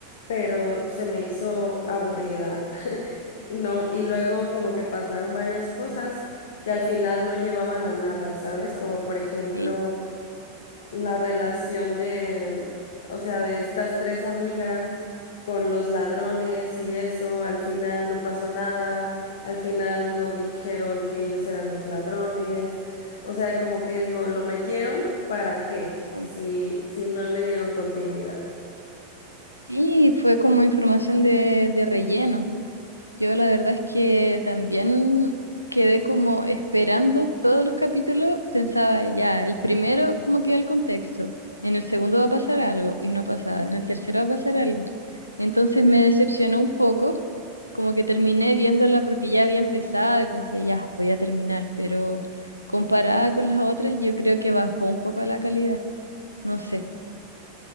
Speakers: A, on the left; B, on the left.
A: pero se me hizo aburrida. <laughs> No, y luego como que pasaron varias cosas que al final no llevaban a nada, ¿sabes? Como por ejemplo
B: Sí,
A: la relación de, o sea, de estas tres amigas con los ladrones y eso, al final no pasó nada, al final no dijeron que ellos eran los ladrones, o sea, como que digo, lo metieron, ¿para qué?
B: sí.
A: Si, si no le dieron continuidad.
B: Sí, fue como información de, de relleno. Yo la verdad es que también quedé como esperando todos los capítulos, pensaba ya, el primero como que el contexto, en el segundo va a pasar algo y no pasaba, en el tercero va a pasar algo. Entonces me decepcionó un poco, como que terminé viéndola porque ya había empezado y pensé, ya, voy a terminar, pero comparada con las otras yo creo que bajó un poco la calidad, no sé.